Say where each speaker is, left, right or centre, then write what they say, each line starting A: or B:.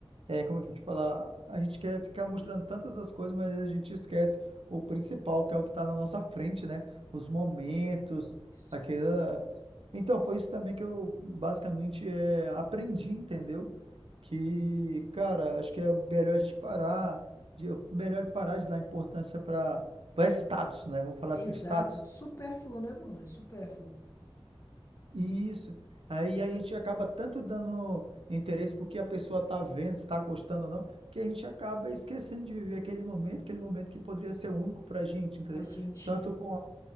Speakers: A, on the right; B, on the left.
A: É, como é que eu te falar? A gente quer ficar mostrando tantas as coisas, mas a gente esquece o principal, que é o que está na nossa frente, né? Os momentos,
B: isso.
A: aquela. Então, foi isso também que eu basicamente é, aprendi, entendeu? Que, cara, acho que é melhor a gente parar, de, melhor parar de dar importância para para status, né? Vamos falar
B: É
A: assim,
B: exato,
A: status.
B: supérfluo, né, mano? É supérfluo.
A: Isso. Aí a gente acaba tanto dando interesse porque a pessoa está vendo, se está gostando ou não, que a gente acaba esquecendo de viver aquele momento, aquele momento que poderia ser único para a gente, entendeu?
B: A gente.
A: Tanto com a,